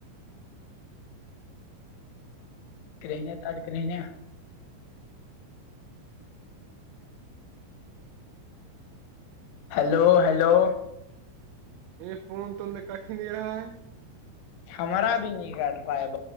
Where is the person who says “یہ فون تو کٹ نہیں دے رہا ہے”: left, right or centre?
Right